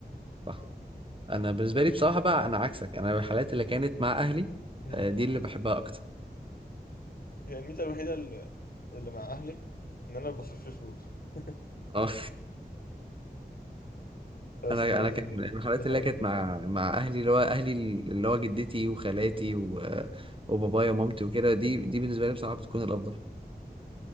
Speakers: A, on the right; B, on the left.
A: صح انا بالنسبه لي بصراحه بقى انا عكسك انا الحالات اللي كانت مع اهلي
B: مم.
A: آه، دي اللي بحبها اكتر
B: هي الميزه الوحيده اللي, اللي مع اهلي ان انا بصرف لي فلوس <laughs>
A: اه <laughs>
B: بس
A: انا
B: فهي
A: انا
B: دي,
A: كان
B: ال-
A: الحالات
B: دي الحاجه
A: اللي
B: الوحيده
A: كانت مع مع اهلي اللي هو اهلي اللي هو جدتي وخالاتي و... وبابايا ومامتي وكده دي دي بالنسبه لي بصراحه بتكون الافضل